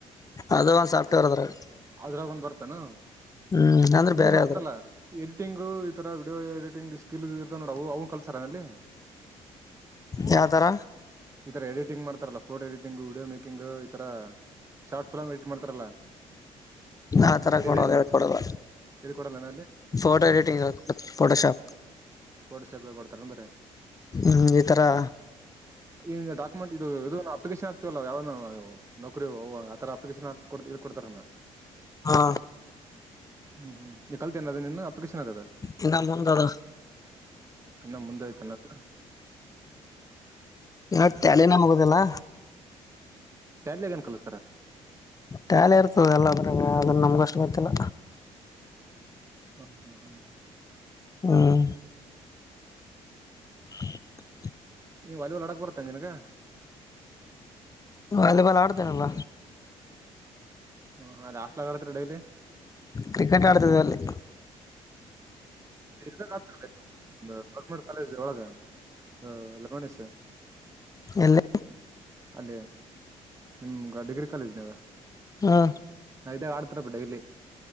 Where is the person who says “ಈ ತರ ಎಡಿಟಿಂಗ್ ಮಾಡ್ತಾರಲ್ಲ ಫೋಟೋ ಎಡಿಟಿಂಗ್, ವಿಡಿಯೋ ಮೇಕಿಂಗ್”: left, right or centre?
Right